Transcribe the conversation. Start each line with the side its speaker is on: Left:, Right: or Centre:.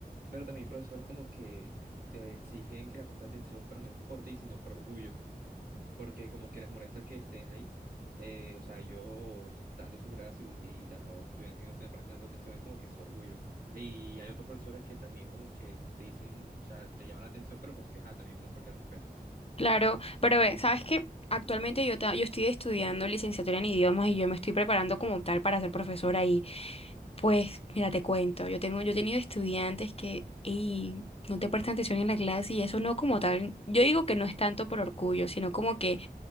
Right: pero también hay profesores como que te exigen que le prestes atención, pero no es por ti, sino por orgullo. porque como que les molesta que estén ahí. Eh, o sea, yo dando su gracia y, y la- o estudiantes que no estén prestando atención es como que su orgullo. Y hay otros profesores que también como que te dicen, o sea, te llaman la atención, pero porque ajá, también es una falta de respeto.
Left: Claro, pero ve, ¿sabes qué? Actualmente yo, ta- yo estoy estudiando licenciatura en idiomas y yo me estoy preparando como tal para ser profesora y pues, mira, te cuento, yo tengo, yo he tenido estudiantes que ey, no te prestan atención en la clase y eso no como tal, yo digo que no es tanto por orgullo, sino como que